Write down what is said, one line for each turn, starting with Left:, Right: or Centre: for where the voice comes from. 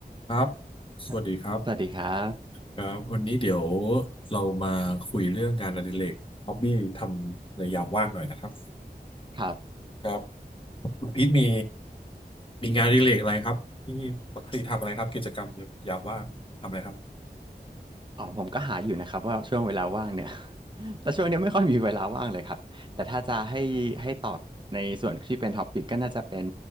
Left: ครับสวัสดีครับ
Right: ครับสวัสดีครับ
Left: ครับวันนี้เดี๋ยวเรามาคุยเรื่องงานอดิเรกฮอบบี้ทำในยามว่างหน่อยนะครับ
Right: ครับ
Left: ครับคุณพีทมีมีงานอดิเรกอะไรครับที่ปกติทำอะไรครับกิจกรรมยามว่างทำอะไรครับ
Right: อ๋อผมก็หาอยู่นะครับว่าช่วงเวลาว่างเนี่ย <laughs> แต่ช่วงเนี้ยไม่ค่อยมีเวลาว่างเลยครับแต่ถ้าจะให้ให้ตอบในส่วนที่เป็นท็อปิกก็น่าจะเป็น